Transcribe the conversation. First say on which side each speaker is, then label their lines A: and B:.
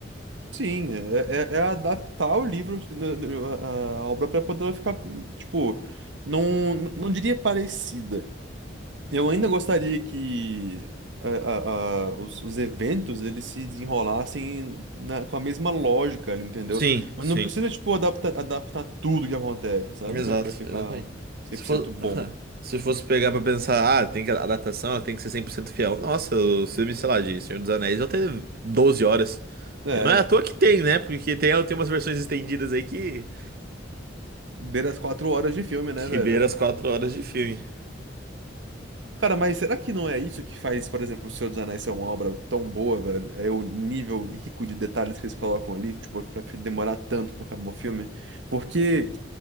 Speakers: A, on the right (about 75°); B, on the right (about 55°).
A: Sim, é, é, é adaptar o livro, né, a, a obra para poder ela ficar, tipo, não, não diria parecida. Eu ainda gostaria que a- a- a- os, os eventos eles se desenrolassem na- com a mesma lógica, ali, entendeu?
B: Sim,
A: Mas
B: sim.
A: não precisa, tipo, adaptar, adaptar tudo que acontece, sabe?
B: Exato,
A: Pra, pra ficar
B: exatamente.
A: cem
B: Se
A: por
B: fosse,
A: cento bom.
B: <laughs> se fosse pegar pra pensar, ah, tem que, a adaptação ela tem que ser 100% fiel. Nossa, o filme, sei lá, de Senhor dos Anéis, eu tenho 12 horas.
A: É,
B: E não é à toa que tem, né? Porque tem, tem umas versões estendidas aí que,
A: beira as quatro horas de filme, né,
B: que
A: velho?
B: beira as 4 horas de filme.
A: Cara, mas será que não é isso que faz, por exemplo, O Senhor dos Anéis ser uma obra tão boa, velho? É o nível rico de detalhes que eles colocam ali, tipo, pra demorar tanto pra acabar o filme? Porque